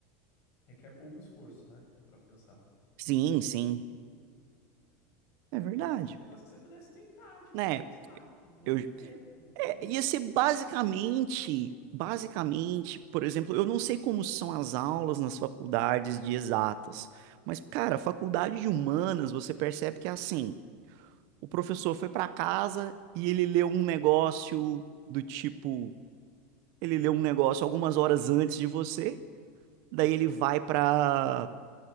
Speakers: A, on the left; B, on the right.
A: Requer pouco esforço, né? Pra pensar.
B: Sim, sim.
A: Talvez
B: É verdade.
A: seja um negócio que você pudesse tentar, tipo,
B: Né?
A: sei lá, v-
B: Eu,
A: vamos ver,
B: é,
A: vamos ver.
B: ia ser basicamente, basicamente, por exemplo, eu não sei como são as aulas nas faculdades de exatas, mas, cara, faculdade de humanas, você percebe que é assim, o professor foi para casa e ele leu um negócio do tipo, ele leu um negócio algumas horas antes de você, daí ele vai para